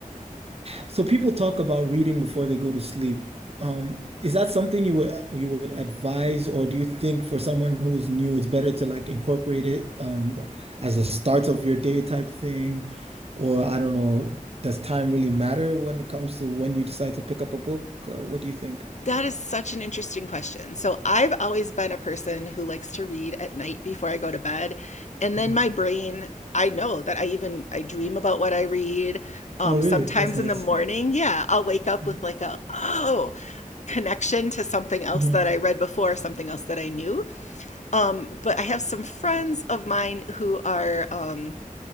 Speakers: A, on the right; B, on the left.
A: so people talk about reading before they go to sleep. Um, is that something you would you would advise, or do you think for someone who is new, it's better to like incorporate it um as a start of your day type thing? Or I don't know, does time really matter when it comes to when you decide to pick up a book? Uh, what do you think?
B: That is such an interesting question. So, I've always been a person who likes to read at night before I go to bed. And
A: Mhm.
B: then my brain, I know that I even I dream about what I read. Um,
A: Oh, really?
B: sometimes
A: That's nice.
B: in the morning, yeah, I'll wake up
A: Mm.
B: with like a oh connection to something else
A: Mhm.
B: that I read before, something else that I knew. But I have some friends of mine who are um